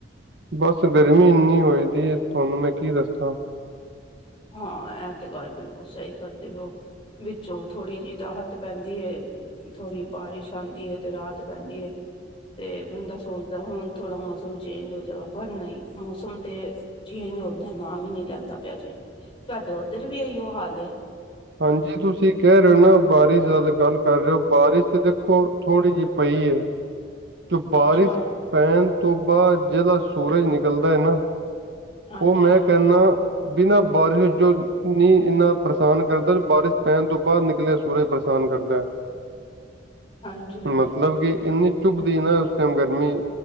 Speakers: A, on the right; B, on the left.
A: ਬਾਸ ਗਰਮੀ ਇੰਨੀ ਹੋਈ ਦੀ ਏ, ਤੂਆਨੂੰ ਮੈਂ ਕੀ ਦੱਸਾਂ
B: ਹਾਂ ਐ ਤੇ ਗਾਲ ਬਿਲਕੁਲ ਸਈ ਕਰਦੇ ਪੇ ਓ, ਵਿਚੋਂ ਥੋੜੀ ਜੀ ਰਾਹਤ ਪੈਂਦੀ ਏ ਥੋੜੀ ਬਾਰਿਸ਼ ਆਂਦੀ ਏ ਤੇ ਰ੍ਹਾਤ ਪੈਂਦੀ ਏ ਤੇ ਬੰਦਾ ਸੋਚਦੈ ਹੁਨ ਥੋੜਾ ਮੌਸਮ ਚੇਂਜ ਹੋ ਜਾਵਾ, ਪਰ ਨਈ ਮੌਸਮ ਤੇ ਚੇਂਜ ਹੋਨ ਦਾ ਨਾ ਵੀ ਨੀ ਲੈਂਦਾ ਪੇਆ ਜੇ, ਤੂਆਡੇ ਓਧਰ ਵੀ ਅਈਓ ਹਾਲ ਏ?
A: ਹਾਂਜੀ, ਤੂਸੀ ਕੈਹ ਰੇਓ ਨਾ, ਬਾਰਿਸ਼ ਜਦ ਗਾਲ ਕਾਰ ਰੇ ਓ, ਬਾਰਿਸ਼ ਦੇ ਤੇ ਥੋੜੀ ਜੀ ਪਈ ਏ, ਤੇ
B: ਅੱਛਾ,
A: ਬਾਰਿਸ਼ ਪੈਨ ਤੋ ਬਾਦ ਜੇੜਾ ਸੂਰਜ ਨਿਕਲਦਾ ਏ ਨਾ,
B: ਹਾਂਜੀ-ਹਾਂਜੀ।
A: ਓ ਮੈਂ ਕੈਹਨਾ ਬਿਨਾਂ ਬਾਰਿਸ਼ ਜੋ ਨੀ ਇੰਨਾ ਪਰੇਸ਼ਾਨ ਕਰਦਾ, ਜੋ ਬਾਰਿਸ਼ ਪੈਨ ਤੋ ਬਾਦ ਨਿਕਲੇਆ ਸੂਰਜ ਪ੍ਰੇਸ਼ਾਨ ਕਰਦੈ,
B: ਹਾਂਜੀ ਹਾਂਜੀ
A: ਮਤਲਬ ਕਿ ਇੰਨੀ ਚੁੱਬ ਦੀ ਨਾ ਉਸ ਟੈਮ ਗਰਮੀ,